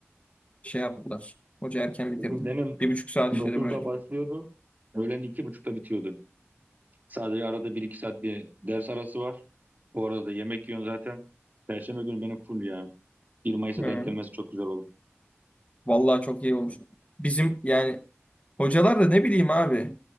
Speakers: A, on the left; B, on the right.
A: şey yaptılar. Hoca erken bitirdi.
B: Öbür Benim
A: Bir buçuk saat işledi
B: dokuzda
A: böyle.
B: başlıyordu. Öğlen iki buçukta bitiyordu. Sadece arada bir iki saat bir ders arası var. Bu arada da yemek yiyorsun zaten. Perşembe günü benim full ya. 1 Mayıs'a
A: Ee,
B: denk gelmesi çok güzel oldu.
A: Vallahi çok iyi olmuş. Bizim yani hocalar da ne bileyim abi.